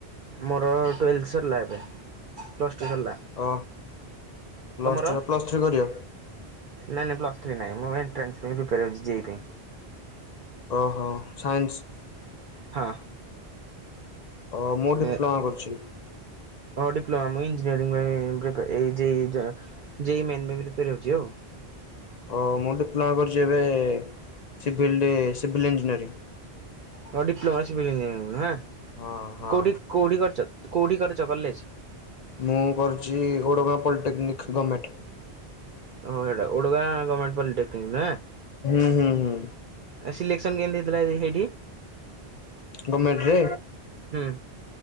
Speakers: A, on the right; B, on the left.
A: ମୋର ଟୁଏଲ୍ଥ ସରିଲା ଏବେ ପ୍ଲସ୍ ଟୁ ସରିଲା।
B: ଓ ପ୍ଲସ୍
A: ତମର
B: ଟୁ ପ୍ଲସ୍ ଥ୍ରୀ କରିବ?
A: ନାଇଁ ନାଇଁ ପ୍ଲସ୍ ଥ୍ରୀ ନାଇଁ। ମୁଁ ଏଣ୍ଟ୍ରାନ୍ସ ପାଇଁ ପ୍ରିପେୟାର୍ ହେଉଛି ଯେଇ ପାଇଁ।
B: ଓହୋ ସାଇନ୍ସି
A: ହଁ।
B: ଓ ମୁଁ ଡିପ୍ଲୋମା
A: ଏ
B: କରୁଛି।
A: ଡିପ୍ଲୋମା ମୁଁ ଇ ରିଗାଡିଂ ପାଇଁ ପ୍ରିପ୍ରା ଏଇ ଯେଇ ମେନ୍ ପାଇଁ ପ୍ରିପ୍ରାର ହଉଛି ଆଉ।
B: ଓ ମୁଁ ଡିପ୍ଲୋମା କରିଛି ଏବେ ସିଭିଲ୍ ଡି ସିଭିଲ୍ ଇଞ୍ଜିନିୟରିଂ।
A: ଓଁ ଡିପ୍ଲୋମା ସିଭିଲ ଞଜିନିୟରଂ ନୁହେଁ
B: ହଁ ହଁ
A: କଉଠି କଉଠି କରିଛ? କୋଉଠି କରିଛ କଲେଜ?
B: ମୁଁ କରୁଛି ଓଡ଼ଗାଁ ପଲିଟେକ୍ନିକ୍ ଗମେଣ୍ଟ।
A: ଓହୋଃ ଓଡ଼ଗାଁ ଗମେଣ୍ଟ ପଲିଟେକିନିକ୍ ନା
B: ହୁଁ ହୁଁ ହୁଁ
A: ସିଲେ ସନ୍ କେମିତି ହେଇଥିଲା ହେଇଠି?
B: ଗମେଣ୍ଟ ରେ?
A: ହୁଁ